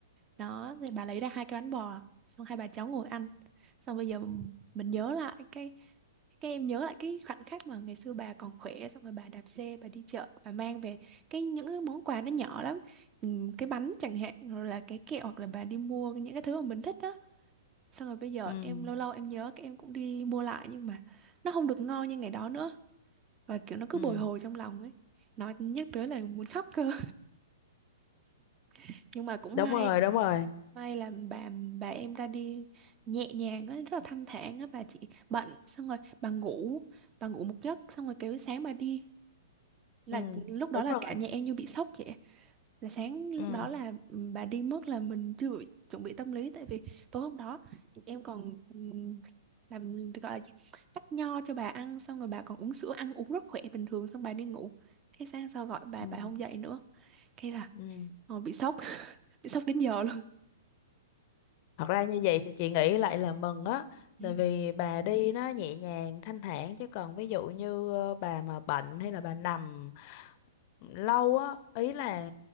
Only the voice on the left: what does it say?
ừ,
ừ.
đúng
rồi đúng rồi
ừ
đúng
rồi
ừ
ừ
ừ
thật ra như vậy thì chị nghĩ lại là mừng á
tại vì bà đi nó nhẹ nhàng thanh thản chứ còn ví dụ như ờ, bà mà bệnh hay là bà nằm lâu á ý là